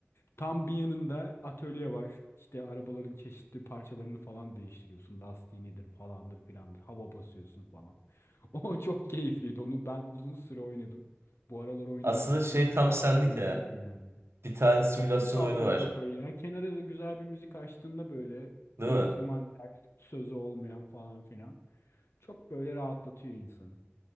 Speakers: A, on the left; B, on the right.
A: Tam bir yanında atölye var. İşte arabaların çeşitli parçalarını falan değiştiriyorsun. Lastiğinidir falandır filandır. Hava basıyorsun falan. <laughs> O çok keyifliydi. Onu ben uzun süre oynadım. Bu aralar oynamıyorum
B: Aslında şey
A: ama
B: tam senlik
A: Keyifliydi
B: ya.
A: yani.
B: Bir tane simülasyon
A: Çok boşaltıyor
B: oyunu var.
A: kafayı ya. Kenara da güzel bir müzik açtığında böyle
B: Değil
A: enstrümantal,
B: mi?
A: sözü olmayan falan filan. Çok böyle rahatlatıyor insanı.